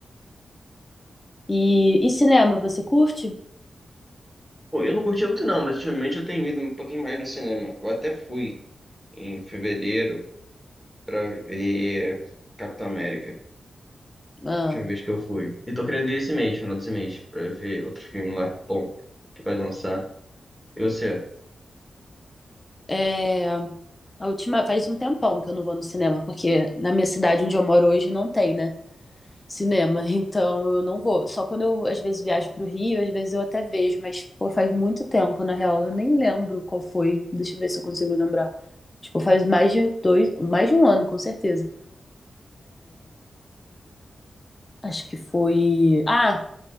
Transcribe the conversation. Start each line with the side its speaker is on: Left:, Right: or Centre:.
Left: E, e cinema, você curte?
Centre: Pô, eu não curti muito não, mas ultimamente eu tenho ido um pouquinho mais no cinema. Eu até fui em fevereiro pra ver Capitão América.
Left: Ah,
Centre: Última vez que eu fui. E tô querendo ir esse mês, final desse mês, pra ver outro filme lá bom que vai lançar. E você?
Left: é, a última, faz um tempão que eu não vou no cinema, porque na minha cidade onde eu moro hoje não tem, né? cinema, então eu não vou. Só quando eu às vezes viajo pro Rio, às vezes eu até vejo, mas pô, faz muito tempo, na real, eu nem lembro qual foi. Deixa eu ver se eu consigo lembrar. Tipo, faz mais de dois, mais de um ano, com certeza. Acho que foi. Ah,